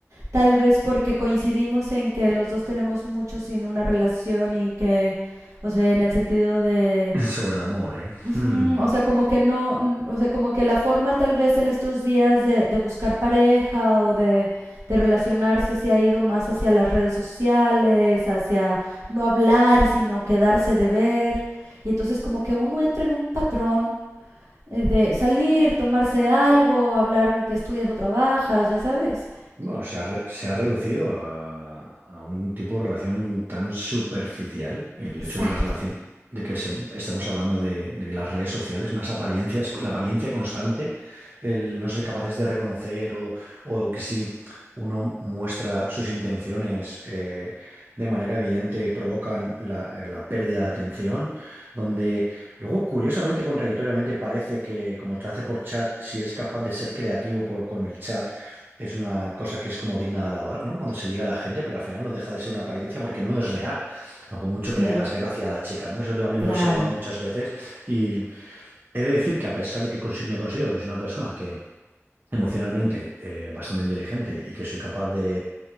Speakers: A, on the right; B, on the right.
A: tal vez porque coincidimos en que los dos tenemos mucho sin una relación y que, o sea, en el sentido de
B: sobre el amor, ¿eh?
A: Ujú,
B: Hmm.
A: O sea, como que no, n- o sea, como que la forma tal vez en estos días de, de buscar pareja o de, de relacionarse se ha ido más hacia las redes sociales, hacia no hablar, sino quedarse de ver. Y entonces como que uno entra en un patrón eh, de salir, tomarse algo, hablar y que estudias o trabajas, ya sabes.
B: Bueno, se ha, re- se ha reducido a, a un tipo de relación tan superficial. El
A: Exacto.
B: hecho de la relación, de que se- estemos hablando de, de que las redes sociales, unas apariencias, la apariencia constante, el no ser capaces de reconocer o, o que si uno muestra sus intenciones eh, de manera evidente provocan la, eh, la pérdida de atención, donde luego, curiosamente, contradictoriamente, parece que como te hace por chat, si eres capaz de ser creativo por- con el chat, es una cosa que es como digna de alabar, ¿no? Cuando se liga a la gente, pero al final no deja de ser una apariencia porque no es real, a por mucho
A: Ujú,
B: que le hagas gracia a la chica, ¿no? Eso también
A: Claro.
B: lo he observado muchas veces y he de decir que a pesar de que consi- me considero que soy una persona que emocionalmente eh, bastante inteligente y que soy capaz de